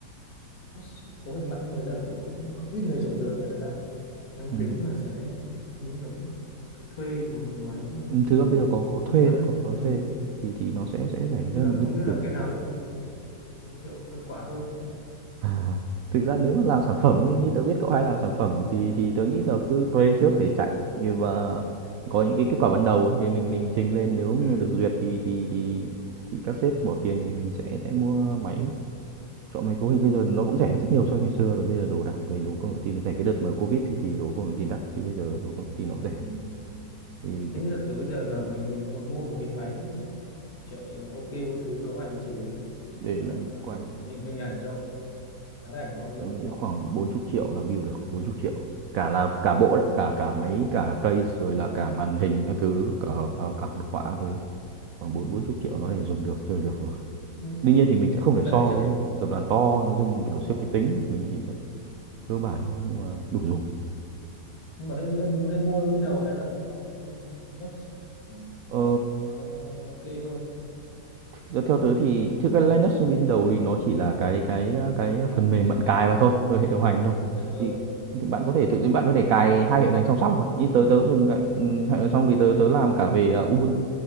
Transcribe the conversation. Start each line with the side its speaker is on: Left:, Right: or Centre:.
Left: box cấu hình mạnh nhưng mà thực ra là cũng cũng ít người dùng được nên là đang đang
Right: ừ
Left: tính là sẽ hình như là cũng phải thuê một cái máy ờ,
Right: Ừ,
Left: như
Right: thực ra
Left: kiểu
Right: bây giờ có có
Left: cậu
Right: thuê
Left: nói
Right: đấy
Left: đấy
Right: có có
Left: ừ.
Right: thuê đấy thì thì nó sẽ sẽ
Left: thì
Right: rẻ
Left: không biết
Right: với
Left: là
Right: mình
Left: không
Right: cái
Left: biết là
Right: thử
Left: cái
Right: thôi
Left: nào hiệu hiệu hiệu, hiệu quả hơn
Right: à thực ra nếu mà làm sản phẩm như như tớ biết cậu hay làm sản phẩm thì thì tớ nghĩ là cứ thuê trước để chạy và có những cái kết quả ban đầu ấy thì mình mình trình lên nếu như
Left: ừ.
Right: được duyệt thì thì thì thì các sếp bỏ tiền thì mình sẽ sẽ mua máy chọn máy cấu hình
Left: Ừ.
Right: bây giờ nó cũng rẻ hơn rất nhiều so với ngày xưa rồi bây giờ đồ đạc về đồ công nghệ tin nó rẻ cái đợt mà covid thì thì đồ công nghệ tin đắt chứ bây giờ đồ công nghệ tin nó cũng rẻ
Left: Ừ.
Right: thì
Left: Thế
Right: cái-
Left: nhưng giả sử bây giờ mà mình mình muốn mua một cái máy chạy mà ok một thứ cấu hành mà xử lý
Right: để
Left: ờ,
Right: lại quanh
Left: hình hình ảnh cho tán thành bao nhiêu
Right: tôi nghĩ
Left: mà
Right: khoảng 40 triệu là build được 40 triệu cả là cả bộ
Left: cũng
Right: đấy
Left: đủ
Right: cả
Left: được
Right: cả máy cả case rồi là
Left: Ờ,
Right: cả màn hình các thứ cả cả, cả đồ họa các thứ khoảng bốn bốn chục
Left: ừ.
Right: triệu nó để dùng được chơi được rồi
Left: Ừ.
Right: đương nhiên thì mình sẽ không
Left: nhưng mà
Right: thể
Left: cái
Right: so
Left: đấy chắc
Right: với tập đoàn to nó dùng
Left: ừ.
Right: kiểu siêu máy tính mình
Left: Ừ.
Right: chỉ cơ bản thôi nhưng mà đủ dùng
Left: nhưng mà nên nên nên mua Windows hay là mua Linux Ừ.
Right: ờ,
Left: nó ok hơn
Right: Thực ra theo tớ thì thực ra Linux trên Windows thì nó chỉ là cái cái cái phần mềm
Left: hệ điều
Right: bạn cài
Left: hành
Right: vào thôi,
Left: ừ.
Right: ở hệ điều hành thôi.
Left: Ừ. Ừ.
Right: Thì thì bạn có thể tự bạn có thể cài hai hệ điều hành song song mà. Như tớ tớ cũng dùng cả, ừ, hệ điều hành song vì tớ tớ làm cả về ờ, Ubuntu,